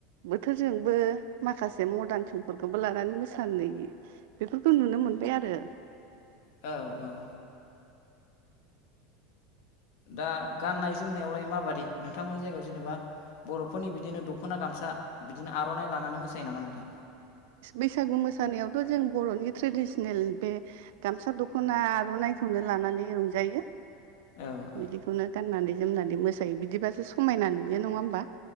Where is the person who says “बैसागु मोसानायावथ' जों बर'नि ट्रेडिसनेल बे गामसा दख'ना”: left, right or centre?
Right